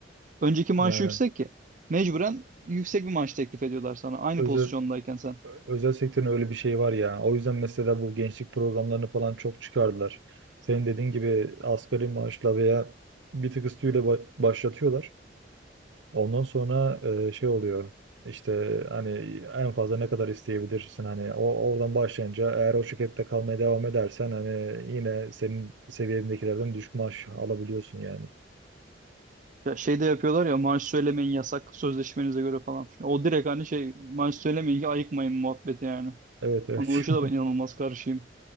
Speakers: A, on the right; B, on the right.
A: Önceki maaşı
B: Yani
A: yüksek ki, Mecburen yüksek bir maaş teklif ediyorlar sana aynı
B: özel
A: pozisyondayken sen.
B: özel sektörün öyle bir şeyi var ya. O yüzden mesela bu gençlik programlarını falan çok çıkardılar. Senin dediğin gibi asgari maaşla veya bir tık üstüyle ba- başlatıyorlar. Ondan sonra e, şey oluyor. İşte hani en fazla ne kadar isteyebilirsin hani o oradan başlayınca eğer o şirkette kalmaya devam edersen hani yine senin seviyendekilerden düşük maaş alabiliyorsun yani.
A: Ya şey de yapıyorlar ya maaş söylemeyin yasak sözleşmenize göre falan. O direkt hani şey maaş söylemeyin ki ayıkmayın muhabbeti yani.
B: Evet evet.
A: Ona o işe
B: <laughs>
A: de ben inanılmaz karşıyım.